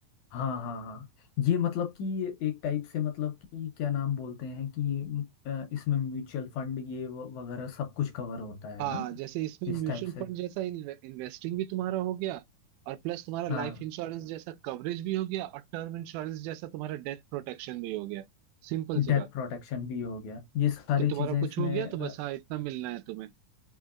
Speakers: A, on the left (about 75°); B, on the right (about 85°).
A: हाँ हाँ हाँ ये मतलब कि एक टाइप से मतलब कि क्या नाम बोलते हैं कि म, अ, इसमें म्यूचुअल फंड ये व- वगैरह सब कुछ कवर होता है
B: हाँ
A: ना
B: जैसे इसमें
A: इस
B: म्यूचुअल
A: टाइप से
B: फंड जैसा इन्वेस्टिंग भी तुम्हारा हो गया और प्लस तुम्हारा लाइफ
A: हाँ
B: इंश्योरेंस जैसा कवरेज भी हो गया और टर्म इंश्योरेंस जैसा तुम्हारा डेथ प्रोटेक्शन भी हो गया सिंपल
A: डेथ
B: सी बात
A: प्रोटेक्शन भी हो गया ये सारी
B: कि तुम्हारा
A: चीज़ें
B: कुछ
A: इसमें
B: हो गया
A: अ,
B: तो बस हाँ इतना मिलना है तुम्हें